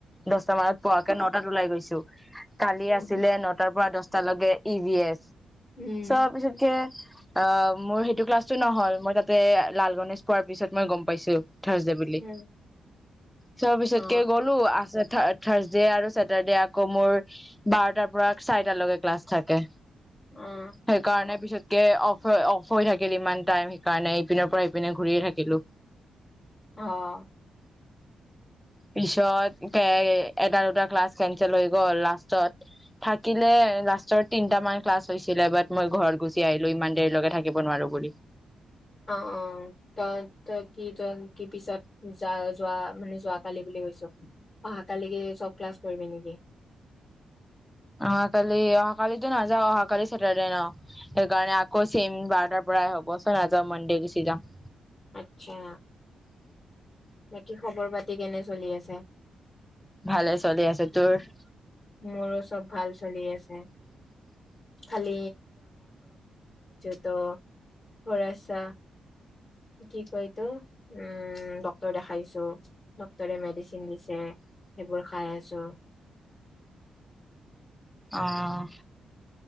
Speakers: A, in the centre; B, on the left (about 40°).
A: দচটা মানত পোৱাকে নটাত ওলাই গৈছো। কালি
B: উম
A: আছিলে নটাৰ পৰা দচ তালকে ই ভি এছ
B: উম
A: চ'পিছতকে অ', মোৰ সেইটো ক্লাছটো নহ'ল মই তাত তে লাল গনেশ পোৱাৰ পিছত মই গম পাইছো থাৰ্চডে বুলি।
B: উম,
A: চ পিছত
B: অ
A: কে গ'লো আছে থ থাৰ্চ আৰু ছেটাৰ্ডে আকৌ মোৰ বাৰটাৰ পৰা চাৰিটালৈকে ক্লাছ থাকে।
B: অ'।
A: সেইকাৰণে পিছতকে অফ অফ হৈ থাকিল ইমান টাইম সেইকাৰণে ইপিনৰ পৰা ইপিনে ঘূৰিয়ে থাকিলো।
B: অ'।
A: পিছতকে এটা, দুটা ক্লাছ কেনচেল হৈ গ'ল লাষ্টত থাকিলে লাষ্টৰ তিনটা মান ক্লাছ হৈছিলে বাট মই ঘৰত গুচি আহিলো ইমান দেৰিলৈকে থাকিব নোৱাৰো বুলি।
B: অ', অ', তই, তই কি তই কি পিছত যা-যোৱা মানে যোৱাকালি বুলি কৈছ অহাকালি কি চব ক্লাছ কৰিবি নেকি?
A: অহাকালি অহা কালিতো নাযাওঁ অহা কালি চেটাৰডে ন? সেইকাৰণে আকৌ চেইম বাৰটা পুৰা এবচৰ নাযাও মনডে গুচি যাম।
B: আচ্ছা বাকী খবৰ পাতি কেনে চলি আছে?
A: ভালে চলি আছো। তোৰ?
B: মোৰো চব ভাল চলি আছে। খালি ডক্টৰক দেখাই আচা। কি কয় এই টো? উম ডক্টৰ দেখাইছো ডক্টৰে মেডিচিন দিছে সেইবোৰ খাই আছো।
A: অ'।